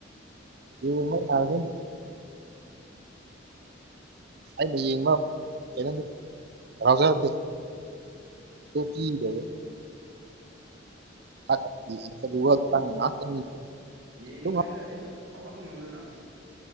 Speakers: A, on the right (about 60°); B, on the right (about 90°).
A: <unintelligible> ꯑꯩꯅ ꯌꯦꯡꯕ ꯀꯩꯅꯣꯅꯤ ꯔꯥꯎꯖꯔ ꯑꯗꯨ ꯗꯣꯕꯤ ꯒꯥꯏ <unintelligible>
B: ꯌꯦꯡꯗ꯭ꯔꯦꯗ
A: ꯑꯗꯨꯝ
B: ꯑꯩꯁꯨ ꯍꯧꯒꯠꯄ ꯉꯝꯗꯅ